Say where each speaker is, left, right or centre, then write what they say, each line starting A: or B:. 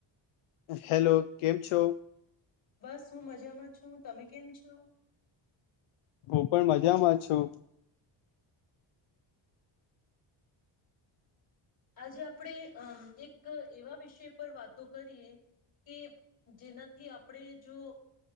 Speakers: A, on the left; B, on the left.
A: હેલો કેમ છો
B: બસ હું મજામાં છું તમે કેમ છો
A: હું પણ મજામાં છું
B: આજે આપણે અમ એક એવા વિષય પર વાતો કરીએ કે જેનાથી આપણે જો